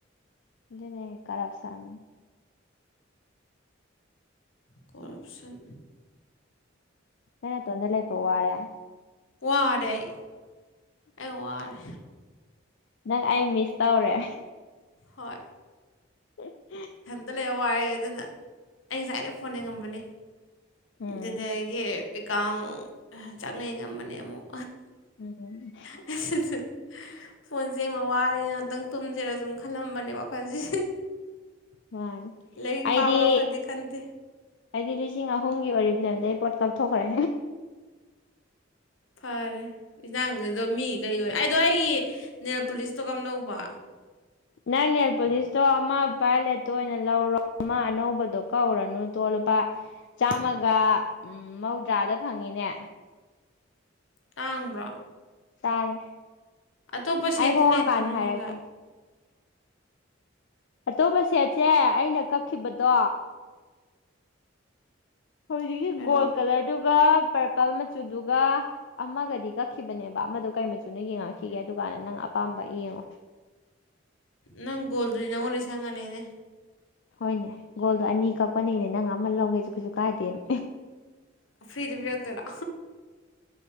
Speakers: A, on the left; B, on the left.
A: ꯑꯗꯨꯅꯦ ꯀꯔꯞꯁꯟ
B: ꯀꯣꯔꯞꯁꯟ
A: ꯅꯪ ꯅꯥꯇꯣꯟꯗ ꯂꯩꯕ ꯋꯥꯔꯦ
B: ꯋꯥꯔꯦ ꯑꯩ ꯑꯩ ꯋꯥꯔꯦ
A: ꯅꯪ ꯑꯩ ꯃꯤꯁ ꯇꯧꯔꯦ
B: ꯍꯣꯏ
A: ꯎ <unintelligible>
B: ꯗ ꯂꯩꯔ ꯋꯥꯏꯑꯦ ꯑꯗꯨꯅ ꯑꯩ ꯉꯁꯥꯏꯗꯩ ꯐꯣꯟ ꯌꯦꯡꯉꯝꯕꯅꯤ
A: ꯎꯝ
B: ꯑꯗꯨꯗꯒꯤ ꯑꯦꯀꯥꯎꯟ ꯆꯪꯉ ꯌꯦꯉꯝꯕꯅꯦ ꯑꯃꯨꯛ
A: ꯎꯝ
B: <unintelligible> ꯐꯣꯟ ꯌꯦꯡꯕ ꯋꯥꯔꯦ ꯉꯥꯛꯇꯪ ꯇꯨꯝꯖꯤꯔ ꯁꯨꯝ ꯈꯜꯂꯝꯕꯅꯦ ꯋꯥꯈꯟꯖꯦ
A: ꯃꯥꯅꯤ
B: ꯂꯥꯏꯔꯤꯛ
A: ꯑꯩꯗꯤ
B: ꯄꯥꯕ ꯀꯗꯤ ꯈꯟꯗꯦ
A: ꯑꯩꯗꯤ ꯂꯤꯁꯤꯡ ꯑꯍꯨꯝꯒꯤ ꯑꯣꯏꯔꯤꯐ꯭ꯂꯦꯝꯗꯩ ꯑꯩ ꯄꯣꯠ ꯀꯛꯊꯣꯛꯈ꯭ꯔꯦ
B: ꯐꯔꯦ ꯏꯟꯖꯥꯡꯗꯣ ꯃꯤ ꯀꯩ ꯑꯣꯏ ꯑꯩꯗꯣ ꯑꯩꯒꯤ ꯅꯦꯜꯄꯣꯂꯤꯁꯇꯣ ꯀꯝꯗꯧꯕ
A: ꯅꯪ ꯅꯦꯜꯄꯨꯂꯤꯁꯇꯣ ꯑꯃ ꯕꯥꯏꯂꯦꯠꯇꯣ ꯑꯣꯏꯅ ꯂꯧꯔꯣ ꯑꯃ ꯑꯅꯧꯕꯗꯣ ꯀꯛꯎꯔꯅꯨ ꯇꯣ ꯂꯨꯄꯥ ꯆꯥꯝꯃꯒ ꯎꯝ ꯃꯧꯗ꯭ꯔꯥꯗ ꯐꯪꯉꯤꯅꯦ
B: ꯇꯥꯡꯕ꯭ꯔꯣ
A: ꯇꯥꯡꯉꯦ
B: ꯑꯇꯣꯞꯄ ꯁꯦꯠꯇꯤ
A: ꯑꯩ ꯍꯣꯡꯉꯀꯥꯟꯗ
B: ꯂꯩꯇ꯭ꯔꯣ ꯅꯪꯉꯣꯟꯗ
A: ꯍꯥꯏꯔꯛꯀꯦ ꯑꯇꯣꯞꯄ ꯁꯦꯠꯁꯦ ꯑꯩꯅ ꯀꯛꯈꯤꯕꯗꯣ ꯍꯧꯖꯤꯛꯀꯤ
B: ꯍꯥꯏꯔꯛꯑꯣ
A: ꯒꯣꯜ ꯀꯂꯔꯗꯨꯒ ꯄꯔꯄꯜ ꯃꯆꯨꯗꯨꯒ ꯑꯃꯒꯗꯤ ꯀꯛꯈꯤꯕꯅꯦꯕ ꯑꯃꯗꯣ ꯀꯩ ꯃꯆꯨꯅꯣ ꯌꯦꯡꯉꯛꯈꯤꯒꯦ ꯑꯗꯨ ꯀꯥꯟꯗ ꯅꯪ ꯑꯄꯥꯝꯕ ꯌꯦꯡꯉꯣ
B: ꯅꯪ ꯒꯣꯜꯗꯨꯗꯤ ꯅꯪꯉꯣꯟꯗ ꯁꯪꯉꯅꯤꯅꯦ
A: ꯍꯣꯏꯅꯦ ꯒꯣꯜꯗꯣ ꯑꯅꯤ ꯀꯛꯄꯅꯤꯅꯦ ꯅꯪ ꯑꯃ ꯂꯧꯒꯦꯁꯨ ꯀꯩꯁꯨ ꯀꯥꯏꯗꯦꯅꯦ
B: ꯐ꯭ꯔꯤꯗ ꯄꯤꯔꯛꯇꯣꯏꯔꯣ